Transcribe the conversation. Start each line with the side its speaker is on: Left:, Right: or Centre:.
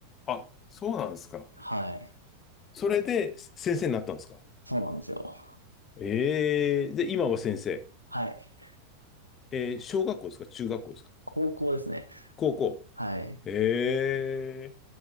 Left: あ、そうなんですか。
Right: はい。
Left: それで先生になったんですか
Right: そうなんですよ。
Left: ええで、今は先生。
Right: はい。
Left: えー、小学校ですか中学校ですか
Right: 高校ですね。
Left: 高校。
Right: はい。
Left: ええ